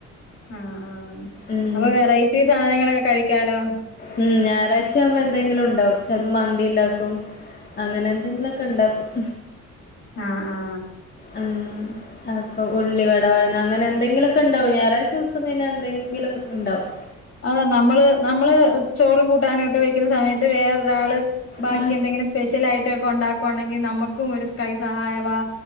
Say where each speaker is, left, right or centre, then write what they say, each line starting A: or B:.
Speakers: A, on the left; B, on the left.
A: ആഹ് ആഹ്
B: ഉം
A: അപ്പൊ വെറൈറ്റി സാധനങ്ങളൊക്കെ കഴിക്കാല്ലോ
B: മം. ഞായറാഴ്ചയാവുമ്പോ എന്തെങ്കിലും ഉണ്ടാവും. ചെലപ്പോ മന്തി ഇണ്ടാക്കും അങ്ങനെ എന്തെങ്കിലൊക്കെ ഇണ്ടാക്കും.
A: ആഹ് ആഹ്.
B: ഉം. അപ്പൊ ഉള്ളി വട വഴന്നു അങ്ങനെ എന്തെങ്കിലൊക്കെ ഉണ്ടാവും ഞായറാഴ്ച ദിവസം പിന്നെ എന്തെങ്കിലും ഇണ്ടാവും.
A: അതാ നമ്മള് നമ്മള് ചോറും കൂട്ടാനും ഒക്കെ വെക്കുന്ന സമയത്ത് വേറൊരാള് ബാക്കി
B: ഉം
A: എന്തെങ്കലു സ് സ്പെഷ്യൽ ആയിട്ടൊക്കെ ഉണ്ടാക്കുവാണെങ്കി നമുക്കും ഒരു കൈ സഹായവാ.